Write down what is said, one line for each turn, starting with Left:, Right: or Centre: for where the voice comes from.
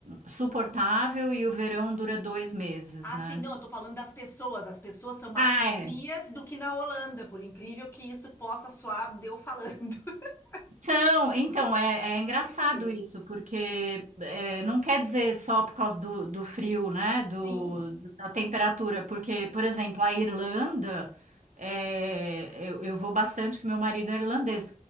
Right: suportável e o verão dura dois meses,
Left: Ah,
Right: né?
Left: sim, não, eu tô falando das pessoas. As pessoas são mais
Right: Ah, é.
Left: frias do que na Holanda, por incrível que isso possa soar, deu falando. <laughs>
Right: Então, então é, é engraçado
Left: Incrível.
Right: isso, porque é, não quer dizer só por causa do, do frio, né? Do,
Left: Sim.
Right: da temperatura, porque, por exemplo, a Irlanda, é, eu, eu vou bastante, que meu marido é irlandês.